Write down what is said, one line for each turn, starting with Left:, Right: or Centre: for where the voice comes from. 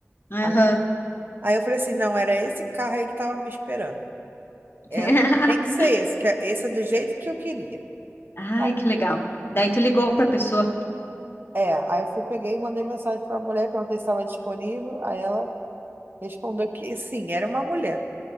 Left: Aham.
Right: Aí, aí eu falei assim, não, era esse carro aí que tava me esperando.
Left: <laughs>
Right: É, tem que ser esse, que é- esse é do jeito que eu queria.
Left: Ai,
Right: Aí-
Left: que legal. Daí tu ligou para a pessoa.
Right: É, aí eu fui, peguei e mandei mensagem para a mulher, perguntei se estava disponível. Aí ela respondeu que sim, era uma mulher.